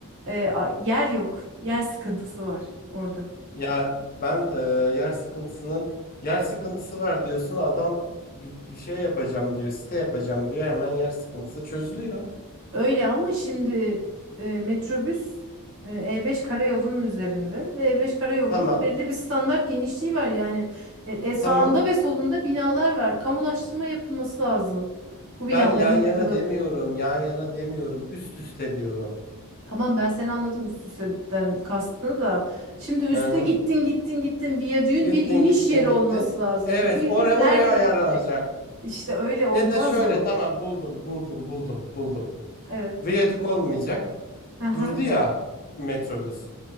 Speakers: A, on the right (about 65°); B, on the left (about 40°).
A: Ee, a- yer yok, yer sıkıntısı var orada.
B: Ya ben e, yer sıkıntısının yer sıkıntısı var diyorsun adam bir, bir şey yapacağım diyor, site yapacağım diyor hemen yer sıkıntısı çözülüyor.
A: Öyle ama şimdi e, metrobüs e, E5 karayolunun üzerinde ve E5 karayolunun
B: Tamam,
A: belli bir standart genişliği var. Yani e, e, sağında
B: tamam.
A: ve solunda binalar var. Kamulaştırma yapılması lazım. Bu binaların
B: Ben yan yana
A: yıkılıp
B: demiyorum, yan yana demiyorum, üst üste diyorum.
A: Tamam ben seni anladım üst üste'den kastını da. Şimdi üste
B: Hı hı.
A: gittin gittin gittin viyadüğün
B: Gittin
A: bir iniş
B: gittin
A: yeri
B: gittin.
A: olması lazım.
B: Evet
A: Bu viyadük
B: oraya
A: nerede
B: oraya ayarlanacak.
A: inecek? İşte öyle olmaz
B: Ya da şöyle
A: o.
B: tamam buldum buldum buldum buldum.
A: Evet.
B: Viyadük olmayacak.
A: Aha,
B: Durdu ya metrobüs.